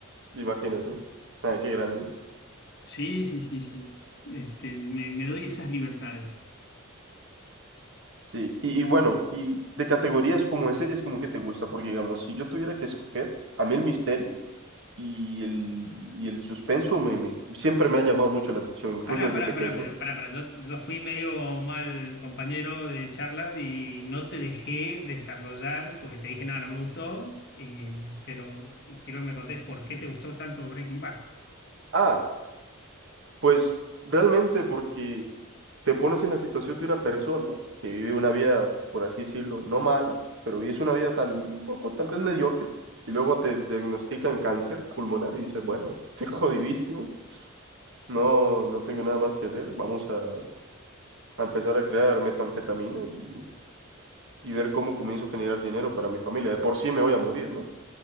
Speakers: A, on the right; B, on the left.
A: Imagínate. Ah, qué grande.
B: Sí, sí, sí, sí. Este, me, me doy esas libertades.
A: Sí, y, y bueno, y de categorías como de series, como que te gusta, porque digamos, si yo tuviera que escoger, a mí el misterio y el, y el suspenso me, me- siempre me ha llamado mucho la atención, incluso
B: Pará,
A: desde
B: pará,
A: pequeño.
B: pará, pero pará, pará. Yo, yo fui medio mal compañero de charla y no te dejé desarrollar porque te dije, no, no me gustó, eh, pero quiero que me contés por qué te gustó tanto Breaking Bad.
A: Ah, pues realmente porque te pones en la situación de una persona que vive una vida, por así decirlo, no mala, pero vives una vida tal, un poco tal vez mediocre, y luego te diagnostican cáncer pulmonar y dices, bueno, estoy <laughs> jodidísimo, no, no tengo nada más que hacer, vamos a a empezar a crear metanfetamina y, y ver cómo comienzo a generar dinero para mi familia. De por sí me voy a morir, ¿no?